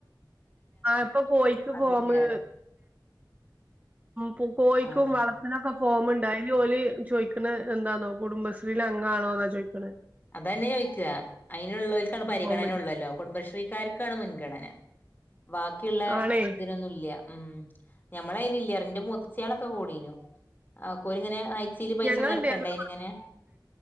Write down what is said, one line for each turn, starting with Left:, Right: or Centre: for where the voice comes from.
Right: ആ ഇപ്പൊ കോഴിക്ക്
Left: അതില്ലാറയാ
Right: ഫോമ് പു കോഴിക്കും
Left: ആഹ്
Right: വളത്തിനൊക്കെ ഫോമിണ്ടായി ഇതിജോലി ചോദിക്കണ എന്താന്നൊ കുടുംബശ്രീൽ അംഗാണോന്നാ ചോയിക്കെണ
Left: അതന്നെ ചോയിക്ക അതിനുള്ളവർക്കാണ് പരിഗണനുള്ളല്ലോ
Right: ഫോമിൽ
Left: കുടുംബശ്രീ ക്കാർക്കാണ് മുൻഗണന ബാക്കിയുള്ള
Right: ആണേ
Left: ഇതിനൊന്നും ഇല്ല്യ ഉം ഞമ്മള അയല ഇല്ല ഇന്റെ മൂത്തച്ചിയളൊക്കെ കൂടീനു ആ കോരിങ്ങനെ ആ ച്ചീൽ പൈസ
Right: ഞങ്ങളുണ്ട്
Left: ഒന്നു അടക്കണ്ടെ
Right: ഞങ്ങള്
Left: അയിനിങ്ങനെ